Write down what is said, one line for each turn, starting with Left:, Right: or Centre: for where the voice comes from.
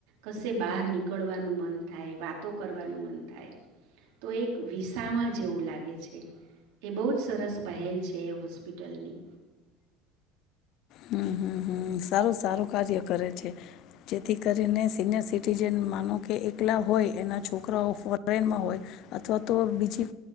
Right: કશે બહાર નીકળવાનું મન થાય વાતો કરવાનું મન થાય તો એક વિસાવા જેવું લાગે છે, એ બહુ જ સરસ પહેલ છે એ હોસ્પિટલની.
Left: હ હમ્મ હમ્મ સારું સારું કાર્ય કરે છે, જેથી કરીને સિનિયર સિટીઝન માનો કે એકલા હોય એના છોકરાઓ ફોરેનમાં હોય અથવા તો બીજી